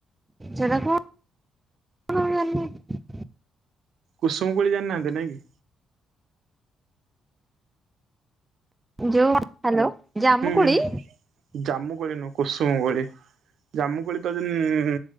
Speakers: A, on the right (about 15°); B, on the right (about 70°).
A: ସେଟା କ କଣ ମୁଁ ଜାଣିନି।
B: କୁସୁମ କୋଳି ଜାଣିହାନ୍ତି ନାଇଁ କି?
A: ଯୋଉ ହ୍ୟାଲୋ
B: ହୁଁ
A: ଜାମୁକୁଳି?
B: ହୁଁ ଜାମୁ କୋଳି ନୁହଁ କୁସୁମ କୋଳି। ଜାମୁକୁୋଳି ତ ଯୋଉ